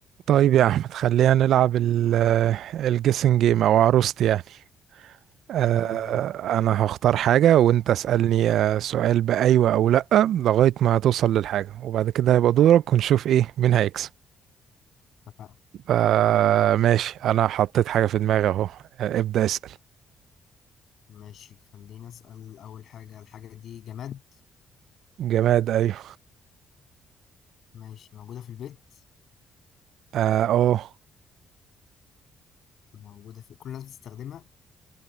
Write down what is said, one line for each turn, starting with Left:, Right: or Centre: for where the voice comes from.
Right: طيب يا احمد خلينا نلعب الجيسنج جيم او عروستي يعني آه،
Left: يلا بينا
Right: انا هختار حاجه وانت اسالني آه، سؤال بايوه او لا لغايه ما توصل للحاجه وبعد كده هيبقى دورك ونشوف ايه مين هيكسب
Left: اتفقنا
Right: آه، ماشي انا حطيت حاجه في دماغي اهو آه، ابدا اسال
Left: ماشي خليني أسأل أول حاجة الحاجة دي جماد
Right: جماد ايوه
Left: ماشي موجودة في البيت
Right: اه أوه.
Left: موجودة في كل الناس بتستخدمها